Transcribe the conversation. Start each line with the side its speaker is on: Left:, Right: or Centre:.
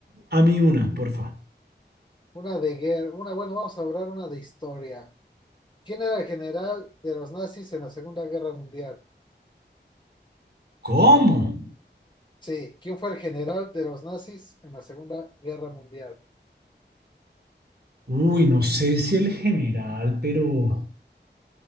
Right: a mí una, porfa.
Left: una de guerra, una, bueno, vamos a hablar una de historia. ¿Quién era el general de los nazis en la Segunda Guerra Mundial?
Right: ¿Cómo?
Left: Sí, ¿quién fue el general de los nazis en la Segunda Guerra Mundial?
Right: Uy, no sé si el general, pero...